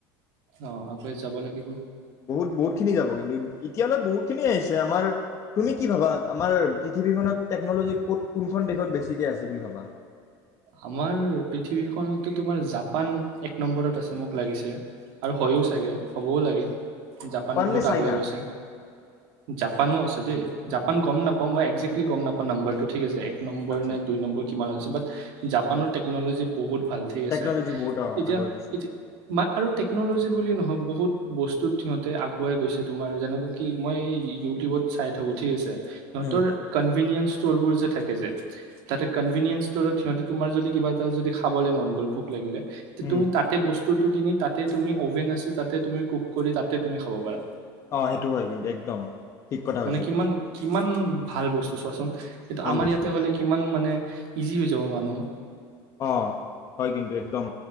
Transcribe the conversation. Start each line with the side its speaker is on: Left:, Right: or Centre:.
Right: অ আগুৱাই যাব লাগিব।
Left: বহুত-বহুত খিনি যাব কিন্তু, এতিয়ালৈ বহুত খিনি আহিছে। আমাৰ তুমি কি ভাবা আমাৰ পৃথিৱীখনত টেকন'লজি ক'ত, কোনখন দেশত বেছিকৈ আছে বুলি ভাবা?
Right: আমাৰ পৃথিৱীখনততো তোমাৰ জাপান এক নম্বৰত আছে মোক লাগিছে আৰু হয়ও চাগে, হ'বও লাগে। জাপান বহুত
Left: নে চাইনা?
Right: আগুৱাই গৈছে। জাপানো আছে দেই, জাপান গম নাপাও, মই একজেক্লি গম নাপাও নাম্বৰ টো ঠিক আছে এক এক নম্বৰ
Left: আচ্ছা
Right: নে দুই নম্বৰ কিমান আছে বাত জাপানৰ টেকন'লজি বহুত ভাল ঠিক
Left: টেকন'লজি
Right: আছে।
Left: বহুত অ
Right: এতিয়া
Left: আগৰ পিছে
Right: এটি মা আৰু টেকনলজি বুলি নহয় বহুত বস্তুত সিহঁতে আগুৱাই গৈছে তোমাৰ যেনেকুৱা কি মই ইউটিউবত চাই থাকো ঠিক আছে, সিহঁতৰ
Left: উম
Right: কনভিনিয়েন্ঞ্চ ষ্টৰবোৰ যে থাকে যে, তাতে কনভিনিয়েস ষ্টৰত সিহঁতে তুমাৰ যদি কিবা এটা যদি খাবলৈ মন গ'ল, ভোক লাগিলে
Left: উম
Right: তুমি তাতে বস্ত টো কিনি তাতে তুমি অভেন আছে তাতে তুমি কুক কৰি তাতে তুমি খাব পাৰা।
Left: অ সেইটো হয় কিন্তু, একদম, ঠিক কথা হৈছে
Right: মানে কিমান
Left: এইটো।
Right: কিমান ভাল বস্তু চোৱাচোন? কিন্তু
Left: ভাল
Right: আমাৰ
Left: বস্তু।
Right: ইয়াতে হ'লে কিমান মানে ইজি হৈ যাব মানুহ।
Left: অ, হয় কিন্তু, একদম।